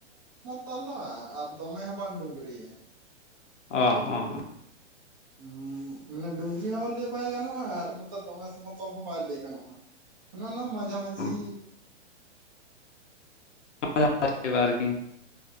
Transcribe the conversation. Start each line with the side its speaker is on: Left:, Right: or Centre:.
Right: ᱛᱚᱞᱚᱜ-ᱟ ᱟᱨ ᱫᱚᱢᱮ ᱦᱚᱸ ᱵᱟᱝ ᱰᱩᱝᱨᱤᱭᱟ ᱾
Left: ᱚ ᱚ
Right: ᱦᱩᱸ ᱢᱟᱱᱮ ᱰᱩᱝᱨᱤ ᱦᱚᱸ ᱞᱟᱹᱭ ᱵᱟᱭ ᱜᱟᱱᱚᱜᱼᱟ ᱟᱨ ᱱᱚᱛᱮ ᱫᱚᱢᱮ ᱥᱚᱢᱚᱛᱚᱞ ᱦᱚᱸ ᱵᱟᱭ ᱞᱟᱹᱭ ᱜᱟᱱᱚᱜᱼᱟ ᱾ ᱚᱱᱟ ᱨᱮᱱᱟᱝ ᱢᱟᱡᱷᱟ ᱢᱟᱹᱡᱷᱤᱼᱼ
Left: ᱟᱨᱠᱤ <unintelligible> ᱟᱫ ᱪᱟᱵᱟᱜᱼᱟ ᱟᱨᱠᱤᱼᱼ